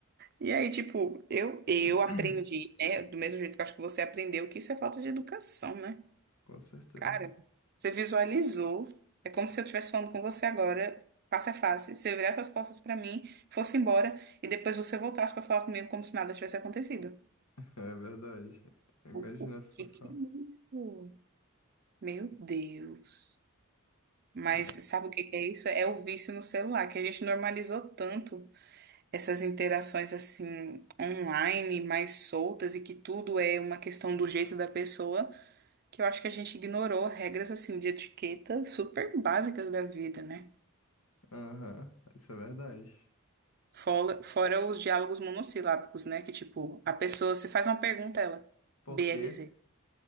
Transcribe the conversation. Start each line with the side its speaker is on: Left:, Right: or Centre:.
Right: E aí, tipo, eu, eu
Left: <clears throat>
Right: aprendi, né? Do mesmo jeito que eu acho que você aprendeu, que isso é falta de educação, né?
Left: Com certeza.
Right: Cara, você visualizou. É como se eu estivesse falando com você agora, face a face. Você virasse as costas pra mim, fosse embora, e depois você voltasse pra falar comigo como se nada tivesse acontecido.
Left: É verdade. Imagina
Right: O, o
Left: a situação.
Right: que que é isso? Meu Deus. Mas
Left: Mas-
Right: sabe o que que é isso? É o vício no celular, que a gente normalizou tanto. essas interações assim online mais soltas e que tudo é uma questão do jeito da pessoa, que eu acho que a gente ignorou regras assim de etiqueta super básicas da vida, né?
Left: Aham, isso é verdade.
Right: Fora, fora os diálogos monossilábicos, né? Que tipo, a pessoa se faz uma pergunta, ela
Left: Porque
Right: BLZ,